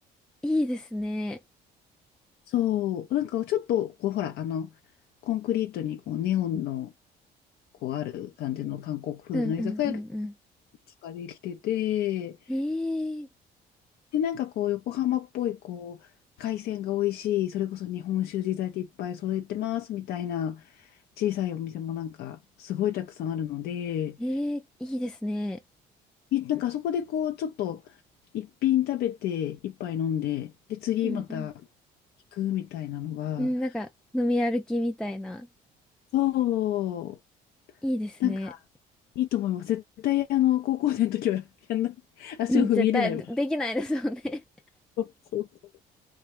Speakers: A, in the centre; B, on the left.
A: いいですね。
B: そう、なんかちょっと、こう、ほら、あの、コンクリートにこうネオンの、こう、ある感じの韓国風の居酒屋がいく
A: うんうんうんうん。
B: つかできてて、
A: ええ
B: で、なんかこう、横浜っぽい、こう、海鮮が美味しい、それこそ日本酒地酒いっぱい揃えてますみたいな小さいお店もなんかすごいたくさんあるので、
A: ええいいですね。
B: いなんかそこでこう、ちょっと一品食べて一杯飲んで、で、次また
A: うんうん。
B: 行くみたいなのが、
A: うん、なんか、飲み歩きみたいな。
B: そう
A: いいですね。
B: なんか、いいと思います。絶対、あの、高校生の時はやんない、足を踏み入れないわ。
A: うん、絶対でできないですよね。
B: そうそうそう。